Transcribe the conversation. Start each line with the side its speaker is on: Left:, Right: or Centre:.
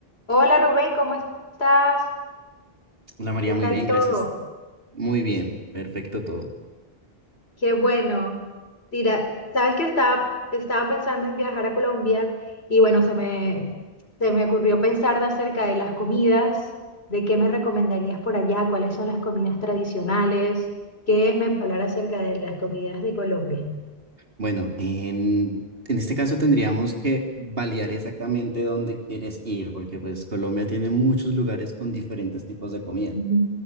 Left: Hola Rubén, ¿cómo estás?
Right: Hola María,
Left: ¿Qué
Right: muy
Left: tal
Right: bien,
Left: todo?
Right: gracias. Muy bien, perfecto todo.
Left: Qué bueno. Mira, sabes que estaba, estaba pensando en viajar a Colombia y bueno, se me, se me ocurrió pensar de acerca de las comidas, de qué me recomendarías por allá, cuáles son las comidas tradicionales, qué me puedes hablar acerca de las comidas de Colombia.
Right: Bueno, en, en este caso tendríamos que validar exactamente dónde quieres ir, porque pues Colombia tiene muchos lugares con diferentes tipos de comida.
Left: Ujú.